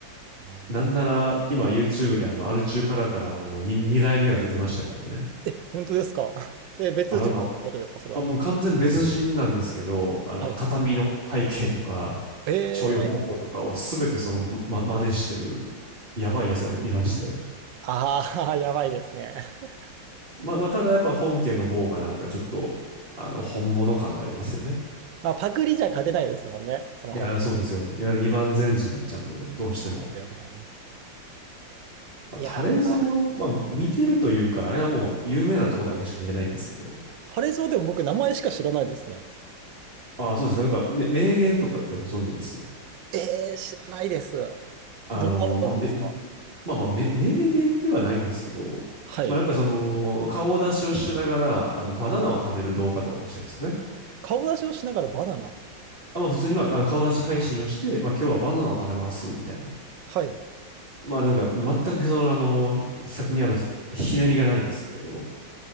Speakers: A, on the right; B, on the right.
A: いやー
B: なんなら、今 YouTube であの、アル中からから、あの、に二代目が出てましたからね。
A: え、本当ですか <laughs> で、別人ってことですか、
B: あ、なんか、
A: それは。
B: あ、もう完全別人なんですけど、あの、
A: はい。
B: 畳の背景とか、
A: ええ
B: 調理方法とかをすべてその、ま、ま真似してる、やばいやつがいらして。
A: ああー、<laughs> やばいですね。<laughs>
B: まあ、まあ、ただやっぱ本家の方がなんかちょっと、あの、本物感がありますよね。
A: まあ、パクリじゃ勝てないですもんね。その本
B: いや、そうですよ。いわゆる二番煎じになっちゃうんで、どうしても。
A: 物ですよね。
B: まあ、
A: いやー、
B: タレゾは、まあ、見てるというか、あれはもう有名なとこだけしか見てないんですけど、
A: これぞでも僕、名前しか知らないですね。
B: ああ、そうですか。なんか、め名言とかってご存知です
A: ええ知らないです。どんなのがあるんですか
B: あの、まあ、め、まあまあ、め、名言ではないんですけど、
A: はい。
B: まあなんかその、顔出しをしながら、あの、バナナを食べる動画とか出してるんですよね。
A: 顔出しをしながらバナナ。は
B: あ、まあ普通に、まあ、あの顔出し配信をして、まあ今日はバナナを食べます、みたいな。
A: はい。
B: まあなんか、全くその、あの、比較にあの、ひ、ひねりがないんですけど。